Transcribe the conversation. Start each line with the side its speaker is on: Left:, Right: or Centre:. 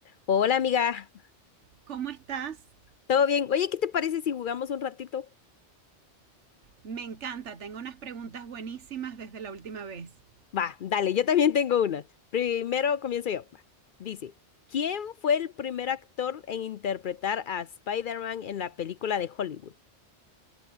Left: Hola amiga,
Right: ¿Cómo estás?
Left: ¿todo bien? Oye, ¿qué te parece si jugamos un ratito?
Right: Me encanta, tengo unas preguntas buenísimas desde la última vez.
Left: Va, dale, yo también tengo una. Primero comienzo yo. Va. Dice, ¿quién fue el primer actor en interpretar a Spider-Man en la película de Hollywood?